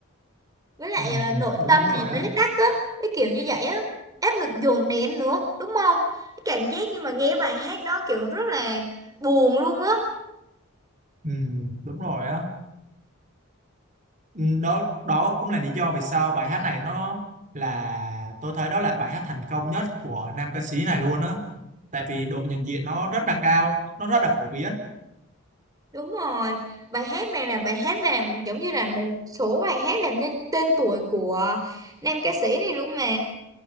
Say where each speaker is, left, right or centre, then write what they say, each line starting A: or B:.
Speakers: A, on the right; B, on the right.
A: với lại
B: ừ,
A: ờ, nội
B: đúng
A: tâm
B: rồi
A: thì
B: á
A: bế tắc á cái kiểu như vậy á áp lực dồn nén nữa đúng không cái cảm giác như mà nghe bài hát đó kiểu rất là buồn luôn á
B: ừ, đúng rồi á Ừ, đó đó cũng là lý do vì sao bài hát này nó là tôi thấy đó là bài hát thành công nhất của nam ca sĩ này luôn á tại vì độ nhận diện nó rất là cao nó rất là phổ biến
A: đúng rồi bài hát này là bài hát làm giống như là một số bài hát làm nên tên tuổi của nam ca sĩ này luôn mà